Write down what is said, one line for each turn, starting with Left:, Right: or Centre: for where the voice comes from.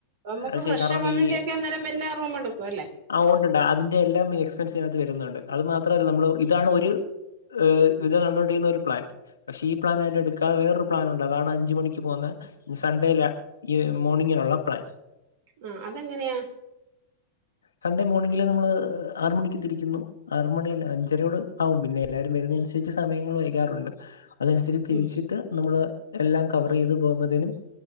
Right: നമുക്ക്
Left: അത്
Right: ഫ്രഷ്
Left: ശരി കാരണം
Right: ആവാൻ
Left: ഈ
Right: വേണ്ടിയൊക്കെ അന്നേരം പിന്നെ റൂം എടുക്കുവല്ലേ
Left: ആ ഉണ്ടുണ്ട് അതിന്റെ എല്ലാം എക്സ്പെൻസ് ഇതിനാത്ത് വരുന്നുണ്ട്. അത് മാത്രല്ല നമ്മൾ ഇതാണ് ഒര് ഏ ഇത് നടന്നു കൊണ്ടിരിക്കുന്ന ഒരു പ്ലാൻ. പഷേ ഈ പ്ലാനടുക്കാ വേറൊരു പ്ലാനുണ്ട്. അതാണ് അഞ്ചുമണി പോന്ന സൺഡേയില. ഈ മോണിങ്ങിനുള്ള പ്ലാൻ
Right: ഉം അതെങ്ങനെയാ
Left: സൺഡേ മോണിംഗില് നമ്മള് ആറു മണിക്ക് തിരിക്കുന്നു ആറു മണിയല്ല അഞ്ചരയോട് ആവും. പിന്നെ എല്ലാരും വരുന്ന അനുസരിച്ച് സമയങ്ങള് വൈകാറുണ്ട് ഹ് അതനുസരിച്ച് തിരിച്ചിട്ട്
Right: ഉം
Left: നമ്മള് എല്ലാം കവർ ചെയ്ത് പോകുമ്പത്തേനും